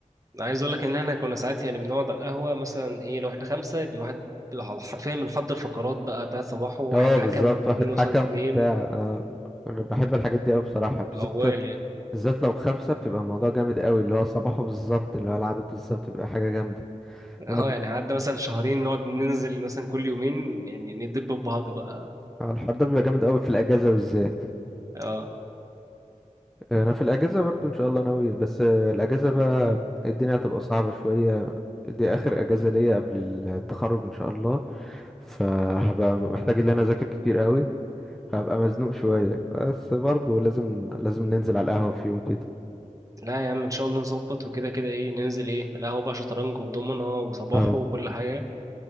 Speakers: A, on the right; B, in the centre.
A: عايز اقول لك ان احنا كنا ساعات يعني بنقعد على القهوه مثلا ايه لو احنا خمسه يبقى واحد بالح- حرفيا بنحضر فقرات بقى بتاعت صباحه واحد
B: اه
A: حكم
B: بالظبط
A: واثنين
B: واحد حكم
A: قصاد اتنين
B: وبتاع آه، انا بحب الحاجات دي قوي بصراحه بالذات
A: موال يعني
B: بالذات لو خمسه بتبقى الموضوع جامد قوي اللي هو صباحه بالظبط اللي هو العدد بالظبط بيبقى حاجه جامده
A: اه
B: نقعد-
A: يعني قعدنا مثلا شهرين نقعد ننزل مثلا كل يومين يعني ندب في بعض بقى
B: آه، الحوار ده بيبقى جامد قوي في الاجازه بالذات
A: اه
B: آه، انا في الاجازه برضو ان شاء الله ناوي بس آه، الاجازه بقى الدنيا هتبقى صعبه شويه دي اخر اجازه ليا قبل التخرج ان شاء الله فهبقى محتاج ان انا اذاكر كتير قوي هبقى مزنوق شويه بس برضه لازم لازم ننزل على القهوه في يوم كده
A: لا يا عم ان شاء الله نظبط وكده كده ايه ننزل ايه القهوه بقى شطرنج ودومنه وصباحه
B: اه
A: وكل حاجه